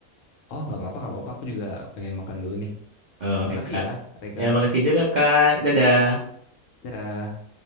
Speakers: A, on the left; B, on the right.
A: Oh nggak apa-apa nggak apa-apa aku juga pengen makan dulu nih.
B: Eh, Oke
A: Makasih
B: Kak.
A: ya Reka.
B: Ya makasih juga Kak. Dadah.
A: Dah.